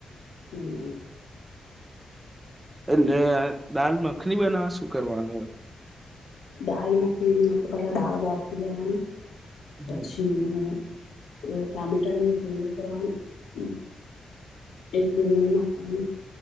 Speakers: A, on the left; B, on the right.
A: હમ્મ.
B: એટલે આ દાલ મખની બનાવશ? શું કરવાનું હોય?
A: દાલ મખનીમાં તો પેલા દાળ બાફી દેવાનું
B: હમ
A: પછી અહ ટામેટા ની ગ્રેવી કરવા હમ્મ. એક <inaudible> હમ્મ.